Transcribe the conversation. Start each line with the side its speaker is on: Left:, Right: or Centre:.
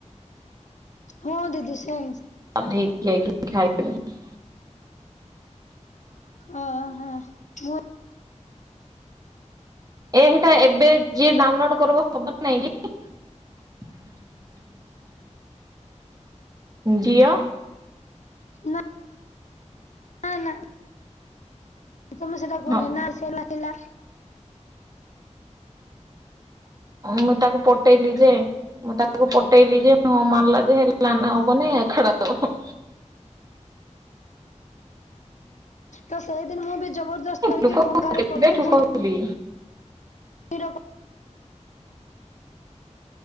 Left: ହଁ ଦିଦି ସେମ୍ ସେ
Right: ଗାଧେଇକି <unintelligible> ଖାଇଲୁଣି।
Left: ଓହୋ ମୁଁ
Right: ଏହିଟା ଏବେ ଯିଏ ଡାଉନଲୋଡ କରିବ ହବ ନାଇଁ କି? <inaudible> ଜିଅ।
Left: ନା। ହଁ ନା। ସମସ୍ୟା ଟା କୁହନି
Right: ହଁ
Left: ନା ନଥିଲା।
Right: ମୁଁ ତାକୁ ପଟେଇଲି ଯେ ମୁଁ ତାକୁ ପଟେଇଲି ଯେ ହଁ ମାରିଲା ଯେ ହେଲେ ନାନା ହବନି ଖାଡାହବ ହଁ।
Left: ତ ସେଇଦିନୁ ମୁଁ ବି ଜବରଦସ୍ତ କରିକି
Right: ଲୋକ
Left: ଗଙ୍ଗାରୁ
Right: କେବେଠୁ
Left: କଲି ବୁନ
Right: କହିଲି
Left: ସେ ର <unintelligible> <inaudible>